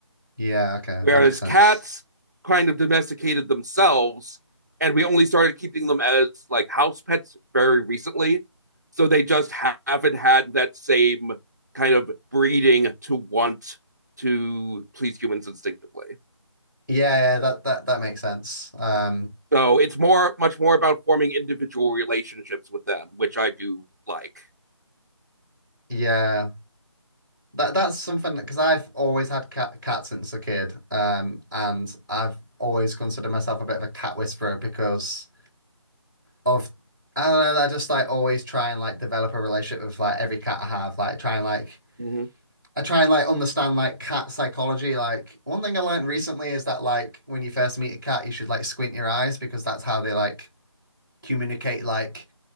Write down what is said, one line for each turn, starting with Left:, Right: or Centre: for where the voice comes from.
Centre: Yeah, okay.
Right: Whereas
Centre: That makes sense.
Right: cats kind of domesticated themselves, and we only started keeping them as like house pets very recently. So they just haven't had that same kind of breeding to want to please humans instinctively.
Centre: Yeah, yeah, that that that makes sense. Um
Right: So it's more, much more about forming individual relationships with them, which I do like.
Centre: yeah. That that's something because I've always had cat cats since a kid. Um and I've always considered myself a bit of a cat whisperer because of I don't know, I just like always try and like develop a relationship with like every cat I have, like try and like
Right: Mm-hmm.
Centre: I try and like understand like cat psychology. Like one thing I learned recently is that like when you first meet a cat, you should like squint your eyes because that's how they like communicate like